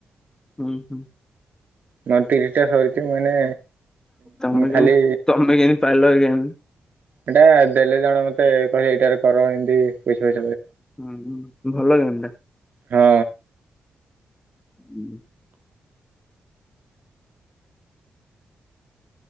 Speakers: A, on the left (about 20°); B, on the right (about 65°).
A: ହୁଁ ହୁଁ।
B: ମୋର ତିରିଶ ଟା ସରିଛି ମାନେ
A: <inaudible>
B: ଖାଲି
A: ତମେ କେମି ପାଇଲ ଗେମ୍।
B: ଏଟା ଦେଲେ ଜଣେ ମତେ କହିଲେ ଏଇଟାରେ କର ଏମିତି ପଇସା ଫ
A: ହୁଁ ହୁଁ। ଭଲ ଗେମ୍ ଟା।
B: ହଁ।
A: <unintelligible>